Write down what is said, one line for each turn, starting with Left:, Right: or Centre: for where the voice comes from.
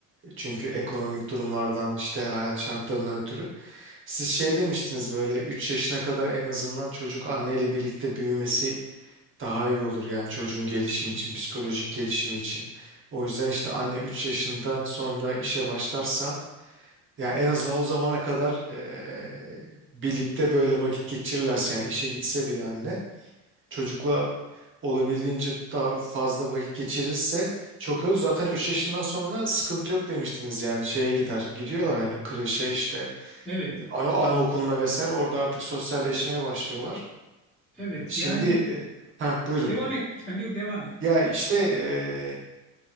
Right: Çünkü ekonomik durumlardan işte hayat şartlarından ötürü. Siz şey demiştiniz böyle 3 yaşına kadar en azından çocuk anneyle birlikte büyümesi daha iyi olur. Yani çocuğun gelişim için, psikolojik gelişim için. O yüzden işte anne 3 yaşından sonra işe başlarsa ya en azından o zamana kadar e, birlikte böyle vakit geçirirlerse yani işe gitse bile anne çocukla olabildiğince daha fazla vakit geçirirse çok öz. Zaten 3 yaşından sonra sıkıntı yok demiştiniz yani şeye gider. Gidiyorlar hani kreşe işte
Centre: Evet.
Right: ana anaokuluna vesaire orada artık sosyalleşmeye başlıyorlar.
Centre: Evet.
Right: Şimdi
Centre: Yani
Right: e, ha buyurun.
Centre: devam et lütfen. Yok devam et.
Right: Ya işte e,